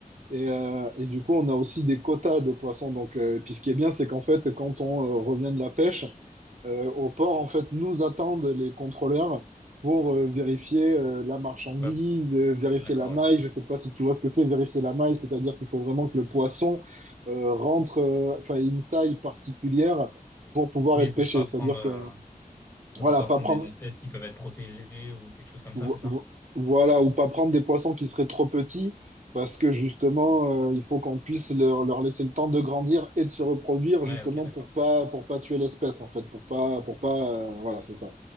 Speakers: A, on the right; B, on the left.
A: Et, euh, et du coup, on a aussi des quotas de poissons. Donc, euh, et puis ce qui est bien, c'est qu'en fait, quand on euh, revient de la pêche, euh, au port, en fait, nous attendent les contrôleurs pour euh, vérifier euh, la marchandise,
B: Ouais,
A: euh, vérifier
B: d'accord,
A: la maille.
B: ok.
A: Je sais pas si tu vois ce que c'est, vérifier la maille, c'est-à-dire qu'il faut vraiment que le poisson euh, rentre, euh, enfin, ait une taille particulière pour pouvoir
B: Oui,
A: être
B: pour
A: pêché.
B: pas
A: C'est-à-dire
B: prendre,
A: que,
B: euh,
A: voilà,
B: pour pas
A: pas
B: prendre
A: prendre,
B: des espèces qui peuvent être protégées ou quelque chose comme ça,
A: vo-
B: c'est ça?
A: vo- voilà, ou pas prendre des poissons qui seraient trop petits. Parce que justement, euh, il faut qu'on puisse leur, leur laisser le temps de grandir et de se reproduire,
B: Ouais,
A: justement
B: ok, d'accord.
A: pour pas pour pas tuer l'espèce en fait, pour pas pour pas euh, voilà c'est ça.